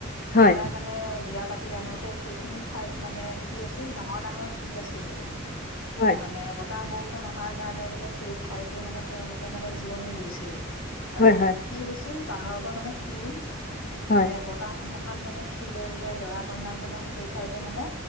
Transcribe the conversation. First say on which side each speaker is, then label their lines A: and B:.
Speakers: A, on the left; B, on the left.
A: হয়
B: ৰজাই মানে বিয়া পাতি পাতি আনোতে সেইখিনি ঠাইত মানে কি আছিল ডাঙৰ ডাঙৰ শিল আছিল বোলে।
A: হয়
B: মানে বটা বৰষুণ অহাৰ কাৰণে বোলে সেই ঠাইতে মানে তেওঁলোকে মানে জিৰণি লৈছিল আৰু।
A: হয় হয়
B: কি হৈছিল পাহাৰৰ পৰা মানে শিল
A: হয়
B: মানে বতাহ ধুমুহাত মানে শিলে বোলে দৰা কইনাক মানে সেই ঠাইতে মানে